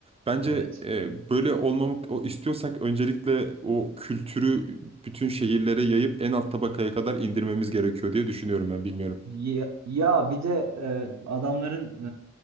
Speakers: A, on the right; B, on the right.
A: Bence
B: evet.
A: e, böyle olmamı o- istiyorsak öncelikle o kültürü bütün şehirlere yayıp en alt tabakaya kadar indirmemiz gerekiyor diye düşünüyorum ben bilmiyorum.
B: Ya, ya bir de e, adamların